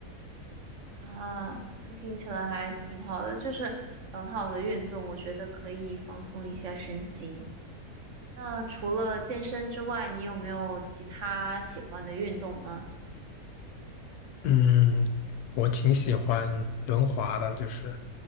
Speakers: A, on the right; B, on the left.
A: 啊，那听起来还挺好的，就是很好的运动，我觉得可以放松一下身心。那除了健身之外，你有没有其他喜欢的运动呢？
B: 嗯，我挺喜欢轮滑的，就是